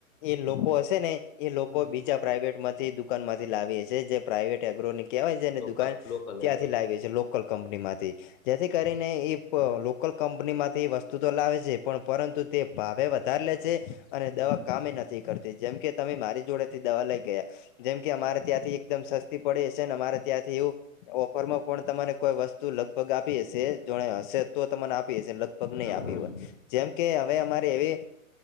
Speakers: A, on the left; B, on the left.
A: એ લોકો હશે ને એ લોકો
B: હમ
A: બીજા પ્રાઈવેટમાંથી દુકાનમાંથી લાવી હશે જે પ્રાઇવેટ એગ્રોનિક કેવાય છે ને
B: લોકલ
A: દુકાન
B: લોકલ
A: ત્યાંથી
B: એગ્રો
A: લાયવી છે લો કલ કંપનીમાંથી જેથી કરીને એ લોકલ કંપની માંથી વસ્તુ તો લાવે છે પણ પરંતુ તે ભાવે વધારે લે છે અને
B: હમ
A: દવા કામે નથ નથીતી જેમ કે તમે મારી જોડે થી દવા લઈ ગયા જેમ કે અમારે ત્યાંથી એકદમ સ પડી હશે ને અમારા ત્યાંથી એવું ઓફરમાં પણ તમારે કોઈ વસ્તુ લગભગ આપી હશે જો હશે તો આપ લગભગ નહી
B: હા
A: આપી
B: બરોબર
A: હોય જેમ કે હવે અમારે એવી